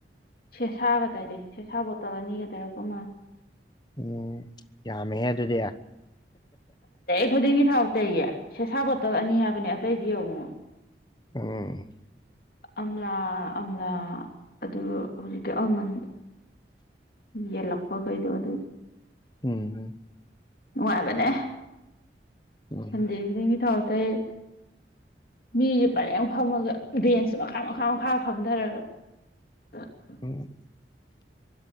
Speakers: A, on the left; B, on the left.
A: ꯁꯦꯁꯥꯒ ꯇꯩꯔꯦ ꯁꯦꯁꯥ ꯕꯣꯇꯜ ꯑꯅꯤꯒ ꯇꯩꯔꯛꯄ ꯃꯥꯜꯂꯦ꯫
B: ꯎꯝ ꯌꯥꯝꯃꯦꯍꯦ ꯑꯗꯨꯗꯤ
A: ꯊꯣꯏꯗꯤꯡꯒꯤ ꯊꯥꯎ ꯇꯩꯌꯦ ꯁꯦꯁꯥ ꯕꯣꯇꯜ ꯑꯅꯤ ꯍꯥꯏꯕꯅꯦ ꯑꯇꯩꯗꯤ ꯌꯦꯡꯉꯨ꯫
B: ꯎꯝ꯫
A: ꯑꯝꯂꯥ ꯑꯝꯂꯥ ꯑꯗꯨ ꯍꯧꯖꯤꯛꯀꯤ ꯑꯜꯃꯟꯗꯣ꯫ ꯌꯦꯜꯂꯛꯄꯈꯩꯗꯣ ꯑꯗꯨ꯫
B: ꯎꯝ꯫
A: ꯅꯨꯡꯉꯥꯏꯕꯅꯦ
B: ꯎꯝ
A: ꯁꯟꯗꯦ ꯈꯨꯗꯤꯡꯒꯤ ꯊꯥꯎ ꯇꯩ ꯃꯤꯁꯦ ꯄꯔꯦꯡ ꯐꯝꯃꯒ ꯕꯦꯟꯁ ꯃꯈꯥ ꯃꯈꯥ ꯃꯈꯥ ꯐꯝꯊꯔꯒ <unintelligible>
B: ꯎꯝ